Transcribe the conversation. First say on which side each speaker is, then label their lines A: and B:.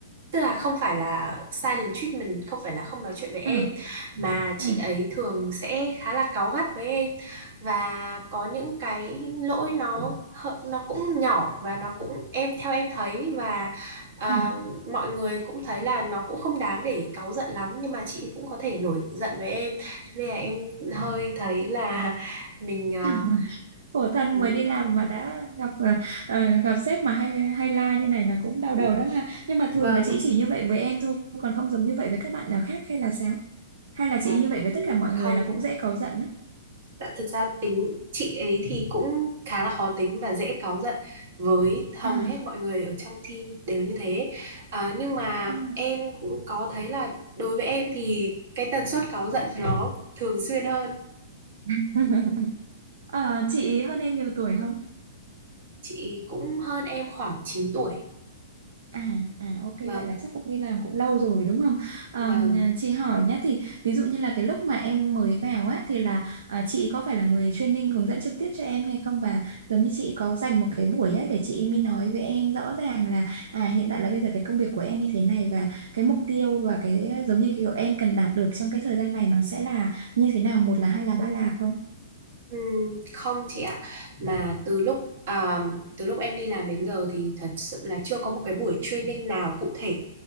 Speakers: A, on the right (about 60°); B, on the right (about 80°).
A: tức là không phải là silent treatment không phải là không nói chuyện với em
B: Ừ,
A: mà chị
B: ừ,
A: ấy thường sẽ khá là cáu gắt với em và có những cái lỗi nó hợ- nó cũng nhỏ và nó cũng em theo em thấy và à,
B: ừ,
A: mọi người cũng thấy là nó cũng không đáng để cáu giận lắm nhưng mà chị cũng có thể nổi giận với em cho nên là em hơi thấy là <laughs> mình à,
B: ừ. khổ thân
A: ừ,
B: mới đi làm mà đã gặp ờ, ờ, gặp sếp mà hay hay la như này là cũng đau
A: <laughs>
B: đầu đó ha nhưng mà thường
A: vâng
B: là chị chỉ như vậy với em thôi còn không giống như vậy với các bạn nào khác hay là sao hay là
A: À,
B: chị như vậy
A: ừ,
B: với tất cả mọi người
A: không
B: là cũng dễ cáu giận á
A: Dạ, thực ra tính chị ấy thì cũng khá là khó tính và dễ cáu giận với hầu
B: à,
A: hết mọi người ở trong team đều như thế à, nhưng mà
B: à.
A: em cũng có thấy là đối với em thì cái tần suất cáu giận nó thường xuyên hơn
B: <laughs> Ờ, chị hơn em nhiều tuổi không
A: chị cũng hơn em khoảng chín tuổi
B: À, à ok vậy
A: vâng
B: là chắc cũng đi làm cũng lâu rồi đúng không? Ờm,
A: vâng
B: à, chị hỏi nhé thì ví dụ như là cái lúc mà em mới vào á thì là à, chị có phải là người training hướng dẫn trực tiếp cho em hay không và giống như chị có dành một cái buổi á để chị mới nói với em rõ ràng là à hiện tại là bây giờ cái công việc của em như thế này và cái mục tiêu và cái à, giống như kiểu em cần đạt được trong cái thời gian này nó sẽ là như thế nào một là hai là ba là không?
A: Ừm, không chị ạ mà từ lúc à, từ lúc em đi làm đến giờ thì thật sự là chưa có một cái buổi training nào cụ thể